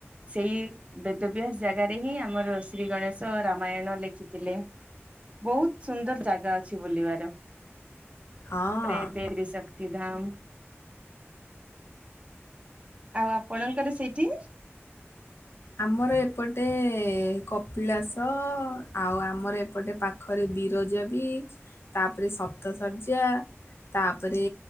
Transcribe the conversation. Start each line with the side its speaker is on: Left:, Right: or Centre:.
Right: ସେଇ ବେ ଦିବ୍ୟାସ ଜାଗାରେ ହିଁ ଆମର ଶ୍ରୀ ଗଣେଶ ରାମାୟଣ ଲେଖିଥିଲେ। ବହୁତୁ ସୁନ୍ଦର ଜାଗା ଅଛି ବୁଲିବାର। ତା
Left: ହଁ
Right: ପରେ ଏବେ ତ୍ରିଶକ୍ତି ଧାମ। ଆଉ ଆପଣଙ୍କର ସେଇଠି?
Left: ଆମର ଏପଟେ କପିଳାସ ଆଉ ଆମର ଏପଟେ ପାଖରେ ବିରଜା ବି ତାପରେ ସପ୍ତ ଶର୍ଯ୍ୟା। ତାପରେ